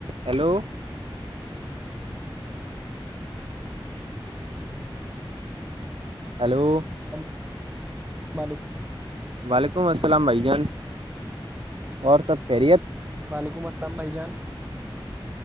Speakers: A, on the right; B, on the right.
A: hello hello
B: ال و علیکم
A: وعلیکم السلام بھائی جان اور سب خیریت
B: وعلیکم اللام بھائی جان